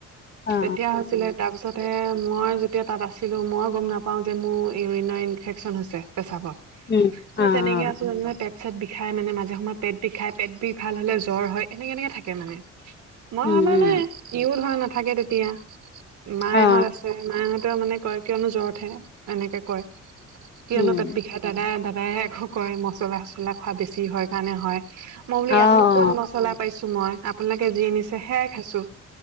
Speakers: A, on the left (about 35°); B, on the right (about 70°).
A: অ অ
B: তেতিয়া হৈছিলে তাৰপিছতে মই যেতিয়া তাত আছিলোঁ মই গম নাপাওঁ যে মোৰ ইউৰিনৰ ইনফেকচন হৈছে পেছাবত
A: উম
B: তে
A: অ
B: তেনেকে
A: অ
B: আছো যেনিবা তেপ চেত বিষাই মানে মাজে সময়ে পেট বিষাই পেট বিষ ভাল হলে জ্বৰ হয় এনেকে এনেকে থাকে মানে মই
A: উম
B: ভাবা
A: উম
B: নাই, ইও ধৰা নাথাকে তেতিয়া মায়েহঁত
A: অ
B: আছে। মায়ে হঁতেও মানে কয়, কিয়নো জ্বৰ উঠে, এনেকে কয়! কিয়নো
A: উম
B: পেট বিষাই। দাদাই, দাদাই আকৌ কয়, মছলা, চছলা খোৱা বেছি হয় কাৰণে হয়। মই বোলো ইয়াতনো
A: অ অ
B: কত মছলা পাইছো মই, আপোনালোকে যি নিছে সেয়াই খাইছো।